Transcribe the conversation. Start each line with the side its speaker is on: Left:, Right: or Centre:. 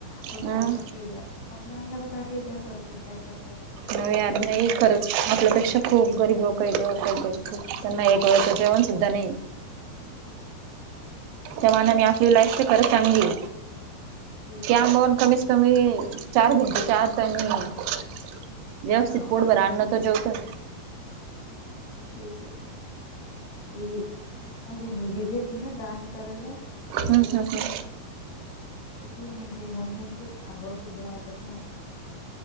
Left: पण
Right: हम्
Left: काय करतोय या आपल्या अंगाला काटे येते अस वाटते, काय कर
Right: न <inaudible> यार नाही खरंच, आपल्यापेक्षा खूप गरीब लोकय ग कायकाय खूप, त्यांना
Left: तेच
Right: एक
Left: ना
Right: वेळचं जेवण सुद्धा नाही त्यामानाने आपली लाईफ तर खरंच चांगलीय,
Left: तेच
Right: त्यामुळेन
Left: ना
Right: कमीच कमी चार भिंतीच्या आत आणि व्यवस्थित
Left: हा
Right: पोटभर अन्न तर जेवतोय.
Left: ते च दिवी <unintelligible> गेलती ना दान करायला. त्या
Right: हम्म
Left: मुलांना
Right: हम्म हम्म
Left: तर, ती म्हणती मम्मी तिथं थांबाव सुद्धा वाटत नव्हतं.